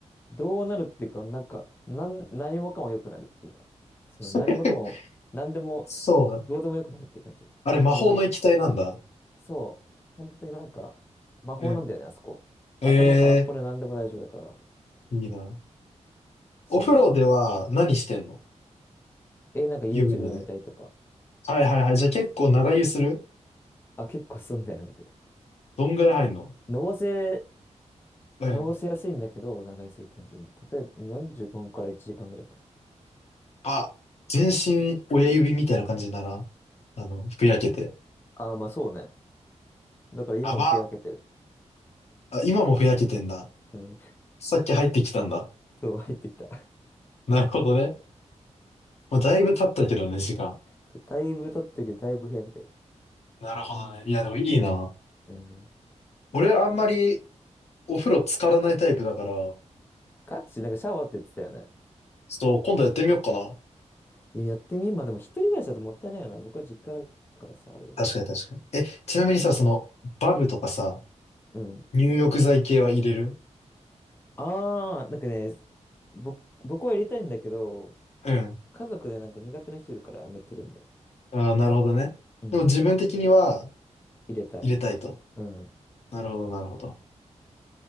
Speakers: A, on the left; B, on the left.
A: どうなるっていうか、なんか、なん、何もかも良くなるっていうか、その何もかも、
B: <laughs>
A: 何でも、
B: そう。
A: どうでも良くなるっていう感じ。
B: あれ、魔法の液体なんだ。
A: 風呂入っ、そう、本当になんか、魔法なんだよね、
B: う
A: あそこ。
B: ん。
A: 頭空っぽで何でも大丈夫だから。
B: ええー、いいな。
A: そう
B: お風呂では何してんの
A: え、なんか YouTube
B: 湯船で。
A: 見たりとか。
B: はいはいはい。じゃあ結構長湯する
A: あ、結構すんだよね、僕。
B: どんぐらい入んの
A: のぼせ、
B: うん。
A: のぼせやすいんだけど、長居するって感じ。例えば45分から1時間ぐらいかな。
B: あ、全身親指みたいな感じにならん、あの、ふやけて。
A: ああ、まあそうね。だから今もふやけてる。
B: やば。あ、今もふやけてんだ。
A: うん。
B: さっき入ってきたんだ。
A: <laughs> そう、入ってきた。
B: なるほどね。まあ、だいぶ経ったけどね、時間。
A: そう、だいぶ経ってるけど、だいぶふやけてる。
B: なるほどね。いや、でもいいな。
A: うん。
B: 俺、あんまりお風呂浸からないタイプだから、
A: ガチ、なんかシャワーって言ってたよね。
B: そう、今度やってみようかな。
A: いや、やってみ、まあでも一人暮らしだともったいないよな。僕は実家だからさ、あれだけど。
B: 確かに確かに。え、ちなみにさ、その、バブとかさ、
A: うん。
B: 入浴剤系は入れる
A: ああ、なんかね、ぼ、僕は入れたいんだけど、
B: うん。
A: 家族でなんか苦手な人いるからやめてるんだよね。
B: ああ、なるほどね。
A: うん。
B: でも自分的には
A: 入れたい。
B: 入れたいと。
A: うん。
B: なるほど、なるほど。